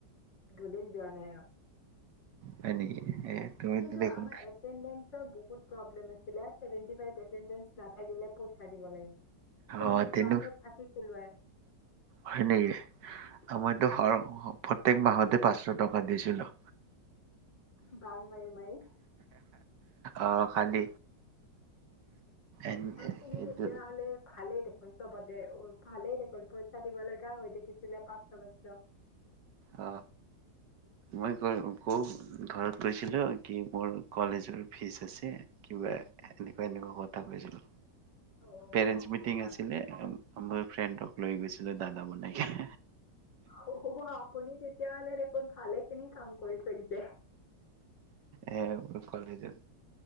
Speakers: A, on the left (about 85°); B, on the right (about 70°).
A: দুদিন যোৱা নাই আৰু।
B: হয় নেকি এ। তুমিতো
A: কিন্তু
B: দেখোন
A: আমাৰ এটেন্ডেন্ট। ছৰ বহুত প্ৰব্লেম আছিলে ছেভেনটি ফাইভ এটেনটেন্দছ নাথাকিলে। দিব লাগে ত
B: অ
A: মানে
B: তেনো
A: ক্লাছত থাকিছিলো এ।
B: হয় নেকি আমাৰটো
A: উম,
B: প্ৰত্যেক মাহতে পাঁচশ টকা। ত দিছিলোঁ।
A: বাং মাৰি মাৰি।
B: আহ খালি এনে
A: আপুনি
B: সেইটো।
A: তেতিয়াহ'লে ভালেই দেখোন চবতে অ' ভালেই পইচা দিব লগা হৈ থাকিছিলে পাঁচশ পাঁচশ।
B: অ মই ক কও ঘৰত কৈছিলো কি মোৰ কলেজৰ ফিজ আছে কিবা এনেকুৱা এনেুৱা কথা কৈছিলো।
A: অ'
B: পেৰেণ্ট মিটিং
A: বাহ
B: আছিলে। মোৰ ফ্ৰেণ্ডক লৈ গৈছিলো দাদা বনাই।
A: অ আপুনি তেতি। তেতিয়া হলেদেখোন ভালেখিনি কাম কৰিছে তেন্তে।
B: এ কলেজত।